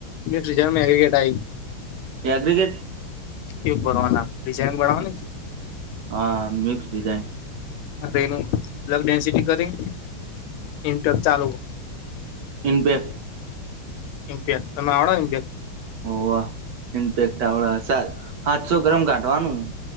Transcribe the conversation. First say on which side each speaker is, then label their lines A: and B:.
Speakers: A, on the left (about 80°); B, on the right (about 70°).
A: મજમાં્રિકેટ આઈ
B: એગ્રિગેડ
A: એ બનવાના ડિઝઇન બનાવાની
B: હા મિક્સ ડિઝાઇન
A: હ એનુંલગ ડેન્સિટી કરી ઇપેક ચાલુ
B: ઇપેક્ટ
A: મ્પ તમે આવ મ
B: ઓ ઇપેક્ટ આવ હાથસો ગરમ કાટવાનું